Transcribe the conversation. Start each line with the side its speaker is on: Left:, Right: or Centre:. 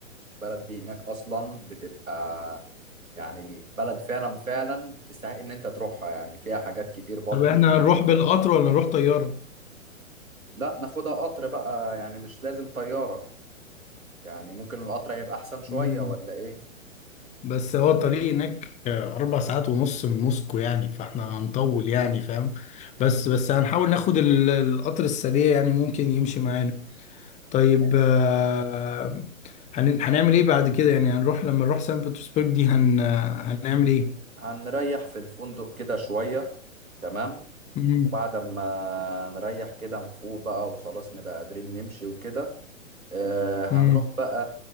Right: البلد دي هناك اصلا بتبقى يعني بلد فعلا فعلا تستحق ان انت تروحها يعني فيها حاجات كتير برضو
Left: طب احنا هنروح بالقطر ولا نروح طيارة؟
Right: لا ناخدها قطر بقى يعني مش لازم طيارة يعني ممكن القطر هيبقى احسن شوية
Left: مم.
Right: ولا ايه
Left: بس هو الطريق هناك أربع ساعات ونص من موسكو يعني فاحنا هنطول يعني فاهم بس بس هنحاول ناخد ال- القطر السريع يعني ممكن يمشي معانا طيب
Right: ماشي
Left: آه، هن- هنعمل ايه بعد كده يعني هنروح لما نروح سان بطرسبرج دي هن هنعمل ايه؟
Right: هنريح في الفندق كده شوية تمام
Left: مم.
Right: وبعد ما نريح كده نفوق بقى وخلاص نبقى قادرين نمشي وكده آه هنروح
Left: مم.
Right: بقى